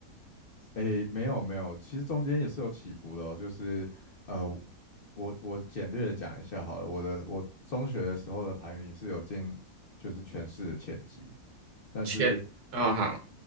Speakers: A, on the left (about 40°); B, on the right (about 85°).
A: 诶，没有没有，其实中间也是有起伏的哦。就是呃，我我简略的讲一下好了。我的我中学的时候的排名是有进就是全市的前几，但是
B: 全哦好